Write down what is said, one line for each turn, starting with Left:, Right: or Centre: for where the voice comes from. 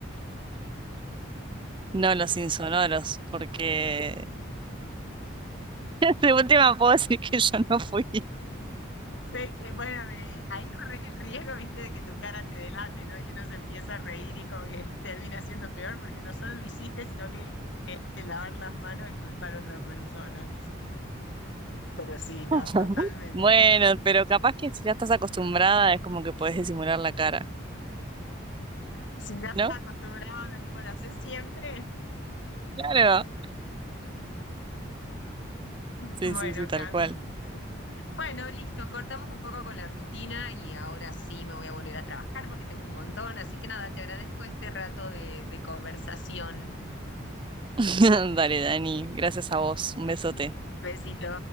Right: no los insonoros, porque <laughs> de última puedo decir que yo no fui.
Left: Sé que, bueno, me- ahí corres el riesgo, viste, de que tu cara te delate, ¿no? Y uno se empieza a reír y como que termina siendo peor porque no solo lo hiciste, sino que que lavar las manos y culpar a otra persona. Pero sí, no,
Right: <laughs>
Left: totalmente.
Right: Bueno,
Left: <laughs>
Right: pero capaz que si ya estás acostumbrada es como que podés disimular la cara,
Left: Si ya estás
Right: ¿no?
Left: acostumbrado, onda, tipo, lo haces siempre.
Right: Claro. Sí,
Left: Bueno,
Right: sí, sí, tal
Left: Cami,
Right: cual.
Left: Bueno, listo, cortamos un poco con la rutina y ahora sí me voy a volver a trabajar porque tengo un montón, así que nada, te agradezco este rato de, de conversación.
Right: <laughs> Dale, Dani, gracias a vos. Un besote.
Left: Un besito.